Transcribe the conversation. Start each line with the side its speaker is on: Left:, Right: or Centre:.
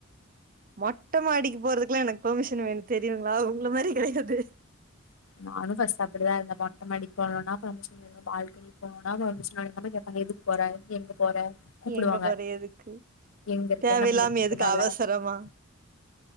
Right: மொட்டை மாடிக்கு போறதுக்குல்லாம் எனக்கு பெர்மிஷன் வேணும் தெரியுங்களா உங்கள மாரி கெடையாது
Left: நானும் பர்ஸ்ட் அப்புடிதான் இருந்தேன் மொட்ட மாடிக்கு போனும்னா பர்மிஷன் வேணும் பால்கனி போனும்னா பர்மிஷன் வேணும் சில சமயம் கேப்பாங்க போற எங்க போற கூப்புடுவாங்க
Right: எங்க போற எதுக்கு
Left: எங்க இருக்க
Right: தேவையில்லாம
Left: என்ன பண்ணிட்டிருக்க
Right: எதுக்கு
Left: மேல
Right: அவசரமா
Left: அப்டினு